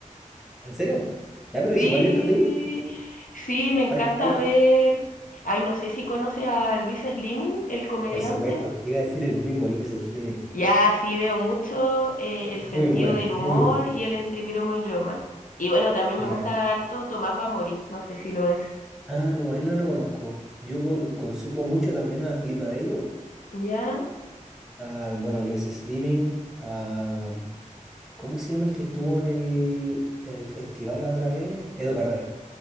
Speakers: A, in the centre; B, on the left.
A: ¿En serio? Ya, pero
B: Sí,
A: es igual de entretenido.
B: sí, me encanta
A: ¿Cuál, cuál?
B: ver. Ay, no sé si conoces a Luis Slimming, el comediante.
A: Por supuesto, te iba a decir el mismo, Luis Slimming.
B: Ya sí veo mucho eh, el sentido
A: Muy bueno,
B: del humor
A: muy bueno.
B: y el entre broma y broma. Y bueno, también
A: Ya.
B: me gusta harto Tomás va a morir, no sé si lo es.
A: Ah, no, a él no lo conozco. Yo co- consumo mucho también a Felipe Abello,
B: Ya.
A: a, bueno, Luis Slimming, a, ¿cómo se llama el que estuvo en el, en el festival la otra vez? Edo Caroe.